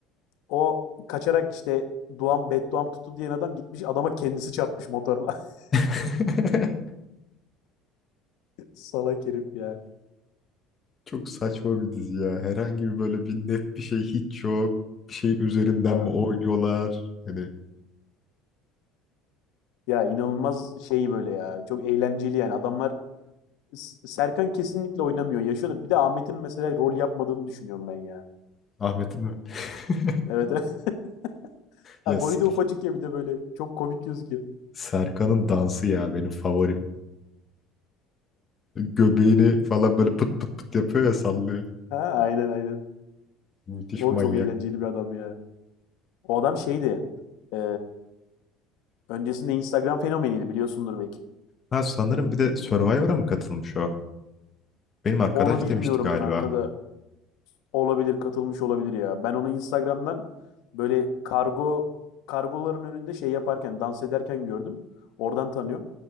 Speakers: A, on the left; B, on the left.
A: o kaçarak işte Duam Bedduam tuttu diyen adam gitmiş adama kendisi çarpmış motorla. <laughs>
B: <laughs>
A: Salak herif ya.
B: Çok saçma bir dizi ya. Herhangi bir böyle bir net bir şey hiç yok. Bir şeyin üzerinden
A: Abi,
B: mi oynuyorlar? Hani
A: Ya inanılmaz şey böyle ya. Çok eğlenceli yani. Adamlar S- Serkan kesinlikle oynamıyor. Yaşıyor da bir de Ahmet'in mesela rol yapmadığını düşünüyorum ben ya.
B: Ahmet'in mi? <laughs>
A: Evet. evet. <laughs> Ha,
B: Yes.
A: boyu da ufacık ya bir de böyle. Çok komik gözüküyor.
B: Serkan'ın dansı ya benim favorim. Göbeğini falan böyle pıt pıt pıt yapıyor ya sallıyor.
A: Ha, aynen aynen.
B: Müthiş
A: Oğlum
B: manyak.
A: çok eğlenceli bir adam ya. O adam şeydi. e, öncesinde Instagram fenomeniydi biliyorsundur belki.
B: Ha sanırım bir de Survivor'a mı katılmış o? Benim arkadaş
A: Onu bilmiyorum
B: demişti galiba.
A: kanka da olabilir katılmış olabilir ya. Ben onu Instagram'dan böyle kargo kargoların önünde şey yaparken dans ederken gördüm. Oradan tanıyorum.